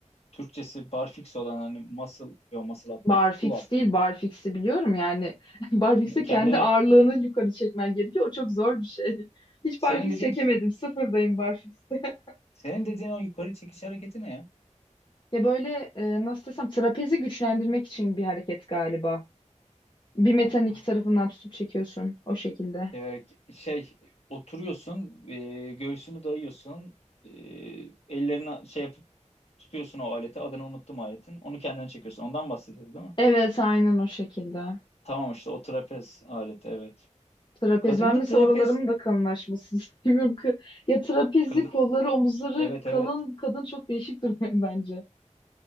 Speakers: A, on the left; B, on the left.
A: Türkçesi barfix olan hani muscle, yo muscle up
B: Barfix
A: değil, pull up
B: değil,
A: mıydı?
B: barfix'i biliyorum yani. <laughs> Barfix'e
A: E, Kendini,
B: kendi ağırlığını yukarı çekmen gerekiyor. O çok zor bir şey. <laughs> Hiç
A: senin
B: barfix
A: dediğin,
B: çekemedim. Sıfırdayım barfix'te. <laughs>
A: senin dediğin o yukarı çekiş hareketi ne ya?
B: Ya böyle e, nasıl desem trapezi güçlendirmek için bir hareket galiba. Bir metanın
A: Ah,
B: iki
A: ah,
B: tarafından tutup çekiyorsun o şekilde.
A: e, Şey, oturuyorsun, e, göğsünü dayıyorsun, e, ellerini şey yapıp tutuyorsun o aleti, adını unuttum aletin, onu kendine çekiyorsun. Ondan bahsediyoruz değil mi?
B: Evet, aynen o şekilde.
A: Tamam işte o trapez aleti, evet.
B: Trapez
A: Kadında
B: ben mesela
A: trapez,
B: oralarımın da kalınlaşmasını <laughs> istemiyorum. Kı- Ya trapezi,
A: kadın,
B: kolları, omuzları
A: evet
B: kalın
A: evet.
B: kadın çok değişik duruyor <laughs> bence.